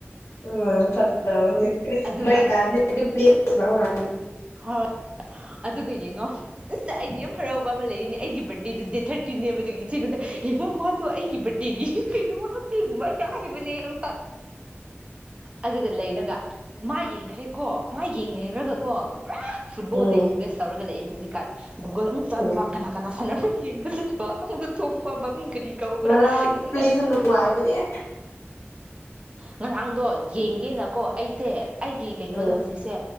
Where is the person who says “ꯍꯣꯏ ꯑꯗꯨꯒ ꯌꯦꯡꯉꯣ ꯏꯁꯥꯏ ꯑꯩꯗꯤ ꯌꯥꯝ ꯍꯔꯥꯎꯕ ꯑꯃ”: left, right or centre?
Right